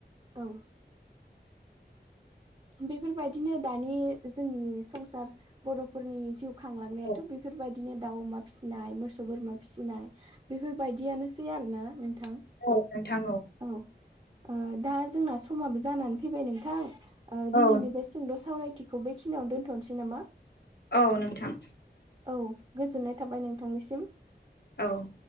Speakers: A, on the right; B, on the left.
A: औ बेफोरबायदि बिदिनो दानि जोंनि संसार बर'फोरनि जिउ खांलांनायाथ'
B: औ
A: बेफोरबायदि बिदिनो दाउ अमा फिसिनाय मोसौ बोरमा फिसिनाय बेफोरबायदियानोसै आरोोना नोंथां
B: औ नोंथां औ
A: औ ओ दा जोंना समाबो जानानै फैबाय नोंथां दिनैनि
B: औ
A: बे सुंद' सावरायथिखौ बेखिनियावनो दोन्थ'नोसै नामा?
B: औ नोंथां
A: औ गोजोननाय थाबाय नोंथांनिसिम
B: औ